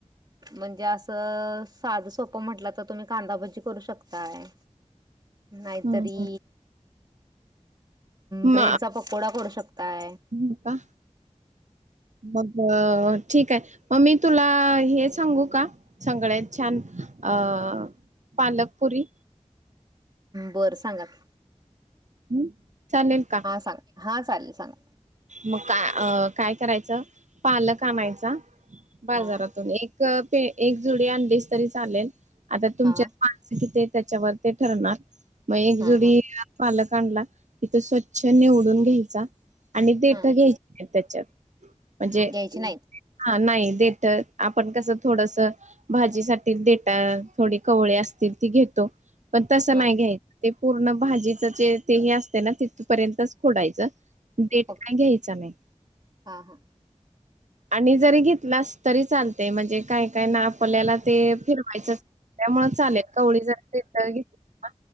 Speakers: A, on the right; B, on the right.
A: म्हणजे असं, साधं सोपं म्हटलं तर, तुम्हीं कांदाभजी करू शकताय. नाहीतरी
B: हम्म
A: ब्रेडचा
B: मा
A: पकोडा करू शकताय
B: <unintelligible> का. मग अ ठीकाय. मग मी तुला, हे सांगू का? सगळ्यांत छान. अ पालकपुरी.
A: बरं, सांगा की.
B: अं, चालेल का?
A: हां, सांगा. हां. चालेल, सांगा.
B: मग का अ, काय करायचं? पालक आणायचा. बाजारातून
A: हा
B: एक क पे एक जुडी आणलीस तरी चालेल. आता तुमच्यात
A: हा
B: माणसं कितीयत, त्याच्यावर ते ठरणार. मग एक
A: हा
B: जुडी
A: हा
B: पालक आणला. की, तो स्वच्छ निवडून घ्यायचा. आणि देट
A: हा
B: घ्यायची <unintelligible> त्यांच्यात. म्हणजे
A: घ्यायची नाहीत
B: हा, नाही. देट आपण कसं, थोडंसं भाजीसाठी देटा, थोडी कवळी असतील ती घेतो. पण तसं
A: हा
B: नाही घ्यायचं. ते पूर्ण भाजीच जे ते हे असतंय, ना. तिथपर्यंतच खुडायचं. देट
A: फक्त
B: काय घ्यायचं नाही.
A: हा <unintelligible>
B: आणि जरी घेतलास तरी चालतय. म्हणजे काय - काय ना, आपल्याला ते फिरवायचं त्यामूळं चालेल. कवळी जरी देठं घेतली ना.